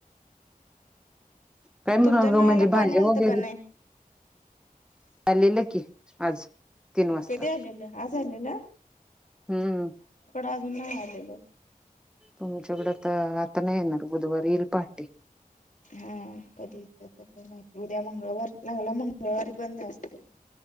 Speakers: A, in the centre; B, on the left.
A: काय महाग
B: तुमच्या नळाला
A: म्हणजे
B: पाणी
A: भाज्या
B: आलतं
A: वगैरे
B: का नाही
A: लेलं की आज. तीन वाजता
B: कधी आलेलं? आज आलेल?
A: हम्म.
B: अजून नाही आलेल.
A: तुमच्याकडं तर आता नाही येणार, बुधवारी येईल पाणी.
B: हा कधी येत ते काय माहिती उद्या मंगळवार लागला मंग <unintelligible> मंगळवारी बंद असते.